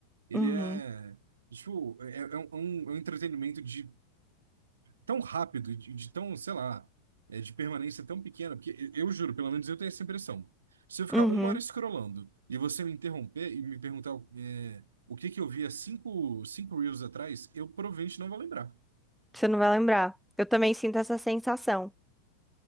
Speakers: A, on the right; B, in the centre.
A: Ele
B: Uhum,
A: é tipo, é, é um, é um entretenimento de tão rápido, e de, de tão, sei lá, é, de permanência tão pequena, porque eu juro, pelo menos eu tenho essa impressão. Se eu ficar
B: uhum.
A: uma hora scrollando e você me interromper e me perguntar é, o que que eu vi há cinco, cinco reels atrás, eu provavelmente não vou lembrar.
B: Você não vai lembrar. Eu também sinto essa sensação.